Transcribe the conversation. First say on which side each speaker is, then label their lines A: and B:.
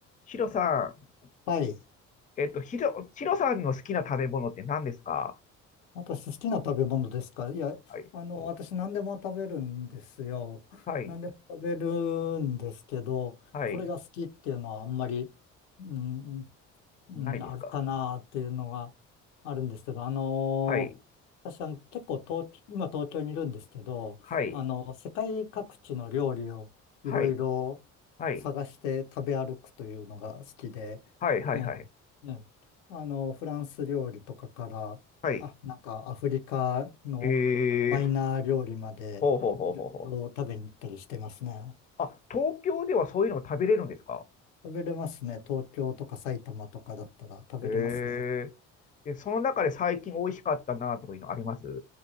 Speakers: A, on the left; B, on the left.
A: ヒロさん、
B: はい。
A: えっと、ヒロ、ヒロさんの好きな食べ物って何ですか
B: 私、好きな食べ物ですかいや、
A: はい。
B: あの、私、何でも食べるんですよ。<laughs>
A: はい。
B: 何でも食べるんですけど、
A: はい。
B: これが好きっていうのはあんまり、うん、うん、
A: ないですか
B: あるかなっていうのがあるんですけど、あのー
A: はい。
B: 私は結構東、今東京にいるんですけど、
A: はい。
B: あの、世界各地の料理をいろいろ
A: はい。はい。
B: 探して食べ歩くというのが好きで、
A: はい。はい。
B: え
A: はい。
B: え、ええあの、フランス料理とかから、
A: はい
B: あ、なんかアフリカのマイナー料理までいろいろ食べに行ったりしてますね。
A: えー、ほうほうほうほうほう。あ、東京ではそういうのが食べれるんですか
B: 食べれますね。東京とか埼玉とかだったら食べれますね。
A: えー、で、その中で最近美味しかったなとかいうのあります